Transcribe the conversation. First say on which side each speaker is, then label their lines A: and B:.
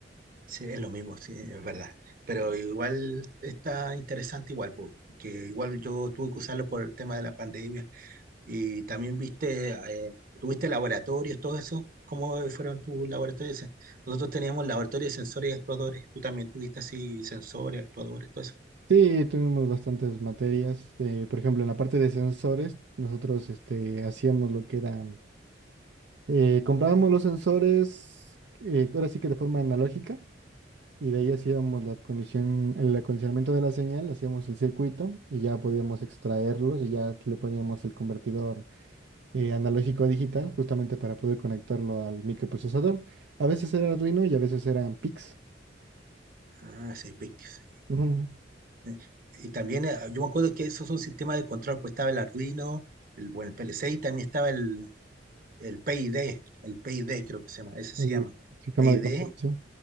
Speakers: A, on the right; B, on the right.
A: Sí, es lo mismo, sí, es verdad. Pero igual está interesante igual, pues, que igual yo tuve que usarlo por el tema de la pandemia. Y también viste, eh, tuviste laboratorios, todo eso. ¿Cómo fueron tus laboratorios? Nosotros teníamos laboratorios de sensores y actuadores. Tú también tuviste así sensores, actuadores, todo eso.
B: Sí, tuvimos bastantes materias. eh, por ejemplo, en la parte de sensores, nosotros este, hacíamos lo que era, eh, comprábamos los sensores, eh, ahora sí que de forma analógica, y de ahí hacíamos la condición, el acondicionamiento de la señal, hacíamos el circuito y ya podíamos extraerlos y ya le poníamos el convertidor eh, analógico a digital, justamente para poder conectarlo al microprocesador. A veces era Arduino y a veces eran PIX.
A: Ah, sí, Pictives.
B: Ujú.
A: Eh, Y también eh, yo me acuerdo que esos son sistemas de control, pues estaba el Arduino, el, bueno, el PLC y también estaba el, el PID, el PID creo que se llama, ese se
B: El
A: llama.
B: sistema
A: PID
B: de control, sí.